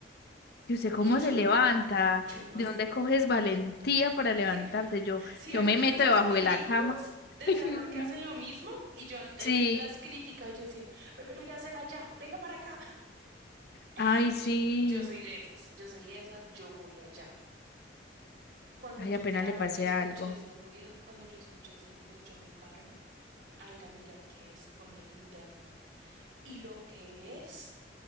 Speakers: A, on the left; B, on the right.
A: Y usted cómo
B: y yo
A: se levanta,
B: iba, yo no
A: de
B: sé,
A: dónde coges valentía para levantarte.
B: si,
A: Yo,
B: si
A: yo
B: has
A: me
B: visto
A: meto
B: esas
A: debajo
B: películas
A: de la cama.
B: de
A: <laughs> Ay,
B: terror
A: no.
B: que hacen lo mismo y yo antes
A: Sí.
B: las criticaba y yo decía, pero pero irá a hacer allá, venga para acá. <laughs>
A: Ay, sí.
B: Yo, yo soy de esas, yo soy de esas, yo voy allá. Cuando
A: Ay,
B: yo,
A: apenas
B: claro,
A: le pasé
B: escuché
A: algo.
B: ese ruido, cuando yo escuché ese ruido, yo me paro a ir a mirar qué es con la linterna. Y lo que es,